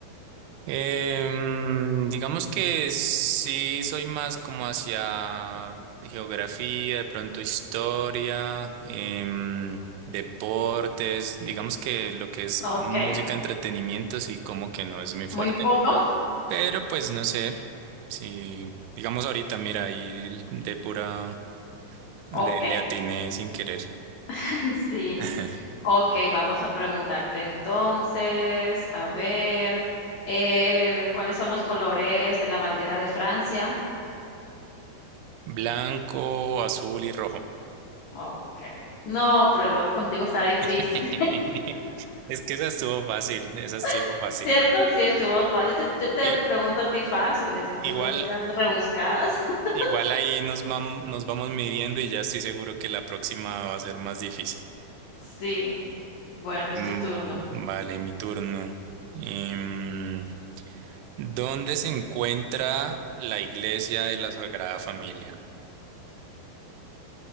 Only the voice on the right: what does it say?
Em, digamos que sí soy más como hacia geografía, de pronto historia, em, deportes, digamos que lo que es
música, entretenimiento, sí como que no es muy fuerte,
pero pues no sé, si digamos ahorita, mira, ahí de pura le,
le atiné sin querer.
<laughs>
Blanco, azul y rojo.
<laughs> Es que esa estuvo fácil, esa estuvo
fácil.
Y,
igual.
Igual ahí nos vam- nos vamos midiendo y ya estoy seguro que la próxima va a ser más difícil.
Mm,
vale, mi turno. Em, ¿dónde se encuentra la iglesia de la Sagrada Familia?